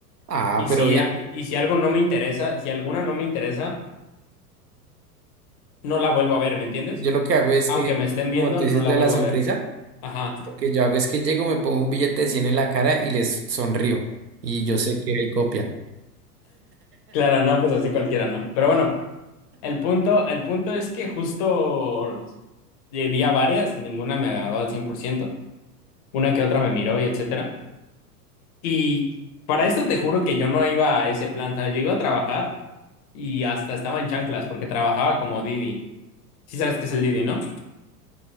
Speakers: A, on the right (about 85°); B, on the left (about 25°).
A: Ah,
B: Y
A: pero
B: si,
A: bien.
B: a- y si algo no me interesa, si alguna no me interesa, no la vuelvo a ver, ¿me entiendes?
A: Yo lo que hago es
B: Aunque
A: que,
B: me estén viendo,
A: como tú
B: no
A: dices
B: la
A: lo de
B: vuelvo
A: la sonrisa,
B: a ver. Ajá.
A: lo que yo hago es que llego, me pongo un billete de 100 en la cara y les sonrío. Y yo sé que ahí copian.
B: Claro, no, pues así cualquiera, ¿no? Pero bueno, el punto, el punto es que justo eh, vi a varias, ninguna me agradó al cien por ciento una que otra me miró y etcétera. Y para esto te juro que yo no iba a ese plan, ¿sabes? Yo iba a trabajar y hasta estaba en chanclas porque trabajaba como Didi. Sí sabes qué es el Didi, ¿no?